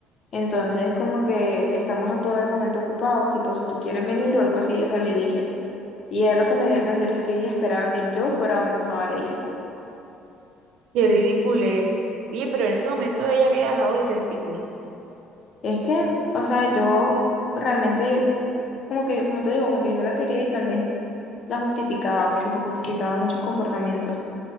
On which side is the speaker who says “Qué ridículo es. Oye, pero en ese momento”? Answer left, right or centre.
Right